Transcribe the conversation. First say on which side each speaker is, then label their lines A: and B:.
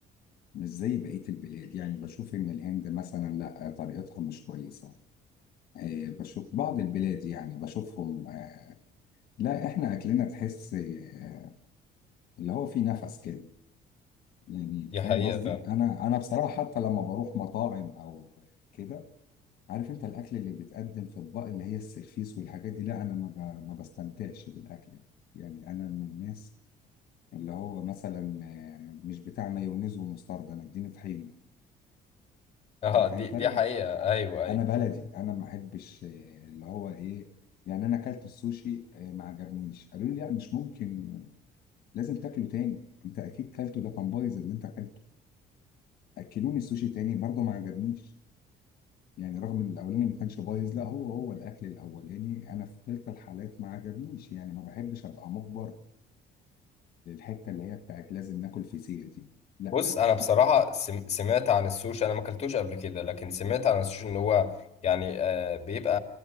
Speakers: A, on the left (about 65°); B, on the left (about 40°).
A: مش زي بقيه البلاد يعني بشوف ان الهند مثلا لا طريقتها مش كويسه آه، بشوف بعض البلاد يعني بشوفهم آه، لا احنا اكلنا تحس آه، اللي هو فيه نفس كده يعني
B: دي
A: فاهم
B: حقيقه
A: قصدي
B: فعلا
A: انا انا بصراحه حتى لما بروح مطاعم او كده عارف انت الاكل اللي بيتقدم في اطباق اللي هي السرفيس والحاجات دي لا انا ما ب- ما بستمتعش بالاكل ده يعني انا من الناس اللي هو مثلا آه، مش بتاع مايونيز ومستردة انا اديني طحين
B: اه
A: عارف
B: دي
A: انت
B: دي
A: ال-
B: حقيقه
A: آه،
B: ايوه ايوه
A: انا بلدي انا ما احبش آه، اللي هو ايه يعني انا اكلت السوشي آه، ما عجبنيش قالوا لي لا مش ممكن لازم تاكله تاني انت اكيد كلته ده كان بايظ اللي انت اكلته اكلوني السوشي تاني برضه ما عجبنيش يعني رغم ان الاولاني ما كانش بايظ لا هو هو الاكل الاولاني انا في كلتا الحالات ما عجبنيش يعني ما بحبش ابقى مجبر للحته اللي هي بتاعت لازم ناكل فسيخ دي لا
B: بص انا بصراحه سم- سمعت عن السوشي انا ما اكلتوش قبل كده لكن سمعت عن السوشي ان هو يعني آه، بيبقى